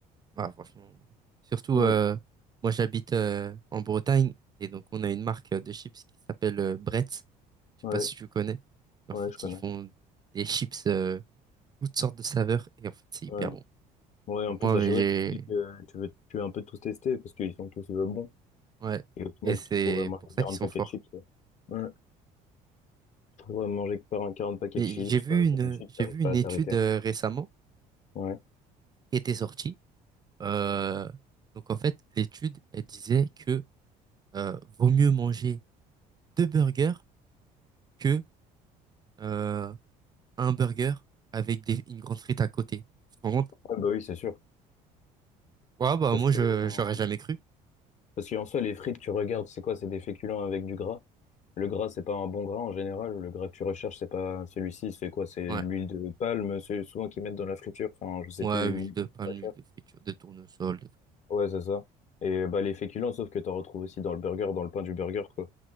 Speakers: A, on the right (about 25°); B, on the left (about 50°).
A: ouais, franchement. Surtout,
B: Ouais,
A: euh, moi, j'habite euh, en Bretagne, et donc on a une marque euh, de chips qui s'appelle euh, Bretz. Je
B: ouais,
A: sais pas si tu connais. En
B: ouais,
A: fait,
B: je connais.
A: ils font des chips, euh, toutes sortes de saveurs, et en fait, c'est hyper
B: Ouais.
A: bon.
B: Ouais, en plus,
A: Moi,
B: à
A: mais
B: chaque fois,
A: j'ai
B: tu te dis que tu veux, tu veux un peu tous tester parce qu'ils sont tous euh, bons.
A: ouais,
B: Et au final,
A: et c'est
B: tu te retrouves à manger
A: pour ça
B: 40
A: qu'ils sont
B: paquets
A: forts.
B: de chips. quoi. Ouais. Tu te retrouves à manger 40 paquets
A: Mais
B: de chips,
A: j'ai vu
B: euh,
A: une
B: 40 chips,
A: j'ai
B: t'arrives
A: vu
B: pas
A: une
B: à
A: étude
B: t'arrêter.
A: euh, récemment
B: Ouais.
A: qui était sortie. Euh, donc en fait, l'étude elle disait que euh, vaut mieux manger deux burgers que euh, un burger avec des, une grande frite à côté. Tu te rends compte?
B: Ah bah oui, c'est sûr.
A: Ouais, bah
B: Parce
A: moi
B: que,
A: je
B: en-
A: j'aurais jamais cru.
B: parce qu'en soi, les frites, tu regardes, c'est quoi? C'est des féculents avec du gras. Le gras, c'est pas un bon gras en général. Le gras que tu recherches, c'est pas celui-ci. C'est quoi? C'est
A: Ouais,
B: de l'huile de palme, c'est souvent qu'ils mettent dans la friture. Enfin, je sais
A: ouais
B: plus,
A: huile
B: une huile
A: de palme,
B: pas chère.
A: huile de friture, de tournesol,
B: Ouais, c'est ça. Et bah, les féculents, sauf que t'en retrouves aussi dans le burger, dans le pain du burger, quoi.